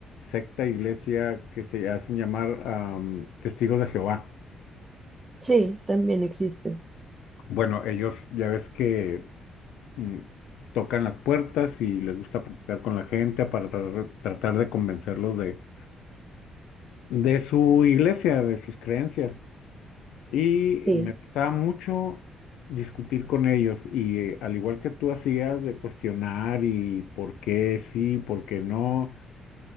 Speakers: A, on the left (about 85°); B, on the right (about 25°).
A: secta, iglesia que se hacen llamar am, Testigos de Jehová.
B: Sí, También existe.
A: Bueno, ellos ya ves que mm, tocan las puertas y les gusta platicar con la gente para tratar, tratar de convencerlos de, de su iglesia, de sus creencias. Y
B: sí.
A: me gustaba mucho discutir con ellos y eh, al igual que tú hacías de cuestionar y por qué sí, por qué no,